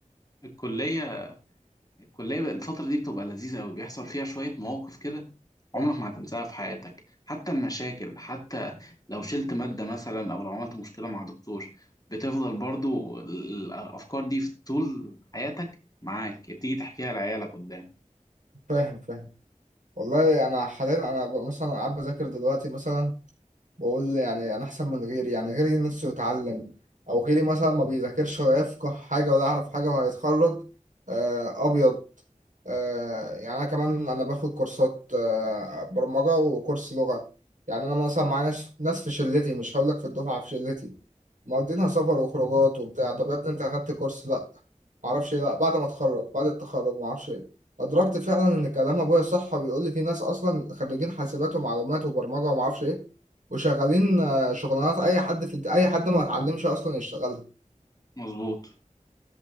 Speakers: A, on the left; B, on the right.
A: الكلية الكلية بقى الفترة دي بتبقى لذيذة أوي بيحصل فيها شوية مواقف كده عمرك
B: آه،
A: ما هتنساها في حياتك حتى المشاكل حتى لو شلت مادة مثلا أو لو عملت مشكلة مع دكتور بتفضل برضو الأفكار دي في طول حياتك معاك تيجي تحكيها لعيالك قدام
B: فاهم فاهم والله انا حاليا انا ب- مثلا قاعد بذاكر دلوقتي مثلا بقول يعني انا احسن من غيري يعني غيري نفسه يتعلم او غيري مثلا ما بيذاكرش ولا يفقه حاجه ولا يعرف حاجه وهيتخرج آه، ابيض آه، يعني انا كمان انا باخد كورسات آه، برمجه وكورس لغه يعني انا مثلا معايا ناس ناس في شلتي مش هقول لك في الدفعه في شلتي مقضينها سفر وخروجات وبتاع طب يا ابني انت اخدت كورس لا معرفش ايه لا بعد ما اتخرج بعد التخرج معرفش ايه ادركت فعلا ان كلام ابويا صح وبيقول لي في ناس اصلا خريجين حاسبات ومعلومات وبرمجه ومعرفش ايه وشغالين آه، شغلانات اي حد في الد- اي حد ما اتعلمش اصلا يشتغلها
A: مظبوط